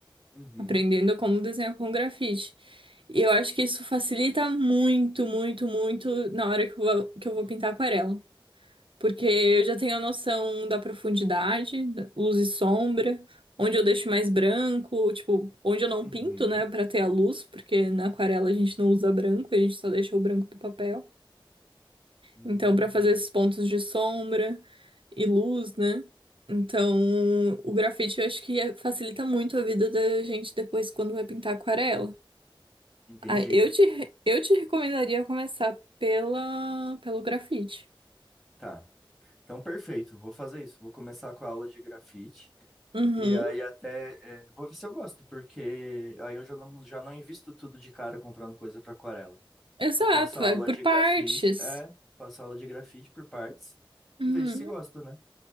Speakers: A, in the centre; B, on the right.
A: uhum,
B: aprendendo como desenhar com grafite. E eu acho que isso facilita muito, muito, muito na hora que eu vou, que eu vou pintar aquarela. Porque eu já tenho a noção da profundidade, da luz e sombra, onde eu deixo mais branco, tipo, onde eu não
A: uhum,
B: pinto, né, para ter a luz, porque na aquarela a gente não usa branco, a gente só deixa o branco do papel.
A: hum.
B: Então, para fazer esses pontos de sombra e luz, né? Então, o grafite eu acho que é- facilita muito a vida da gente depois quando vai pintar aquarela.
A: Entendi.
B: Ah, eu te, re- eu te recomendaria começar pela, pelo grafite.
A: Tá. Então, perfeito. Vou fazer isso. Vou começar com a aula de grafite.
B: Uhum.
A: E aí até é, vou ver se eu gosto, porque aí eu já não, já não invisto tudo de cara comprando coisa para aquarela.
B: Exato,
A: Eu faço aula
B: vai por
A: de
B: partes.
A: grafite, é, faço aula de grafite por partes
B: Uhum.
A: e vejo se gosta, né?